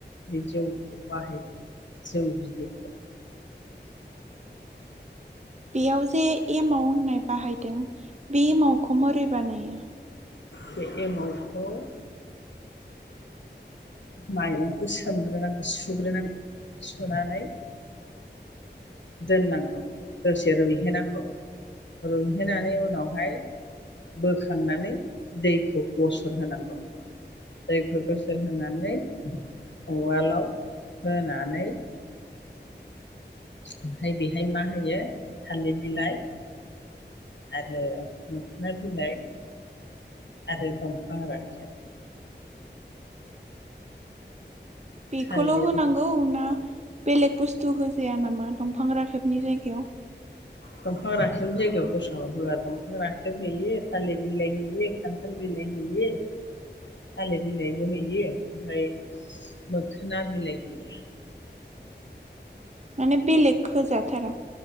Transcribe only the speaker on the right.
बेयाव जे एमाव होननाय बाहायदों बे एमावखौ मोरै बानायो।
बेखौल
होनांगौ ना बेलेग बुस्थु होजाया नामा? दंफां राखेबनि जायगायाव?
माने बेलेग होजाथारा?